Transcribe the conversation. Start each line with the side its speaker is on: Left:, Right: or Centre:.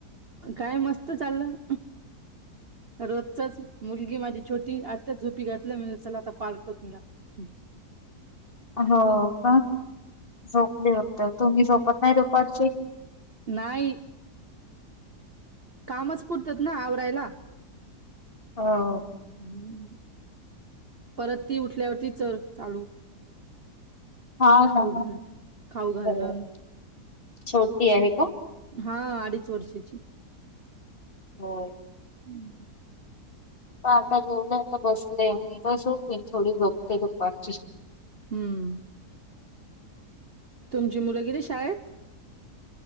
Right: काय मस्त चाललं. रोजचच मुलगी माझी छोटी आत्ताच झोपी घातली म्हण चला आता कॉल करून घ्या. <inaudible>
Left: हो का झोपले होत. तुम्ही झोपत नाही दुपारची?
Right: नाही. कामच पुरतात ना आवरायला.
Left: हो.
Right: हम्म परत ती उठल्यावरती च चालू.
Left: हा
Right: खाऊ
Left: ह
Right: घाल खाऊ घालणं
Left: बरोब छोटी आहे का?
Right: हा अडीच वर्षाची.
Left: हो.
Right: हम्म.
Left: प आता जेवलंय आता बसले श होप थोडी गपते दुपारची.
Right: हम्म तुमची मुलं गेली शाळेत?